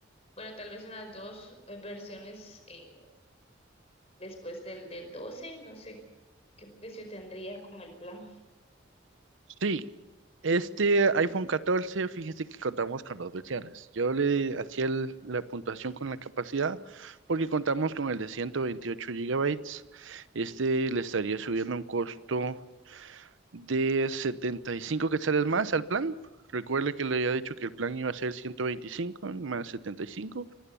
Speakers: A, on the left; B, on the right.
A: bueno, tal vez unas dos eh, versiones eh, después del, del 12, no sé qué precio tendría con el plan.
B: Sí, este iPhone 14, fíjese que contamos con dos versiones. Yo le hacía el- la puntuación con la capacidad porque contamos con el de 128 gigabytes. Este le estaría subiendo un costo de 75 quetzales más al plan. Recuerde que le había dicho que el plan iba a ser 125 más setenta y cinco,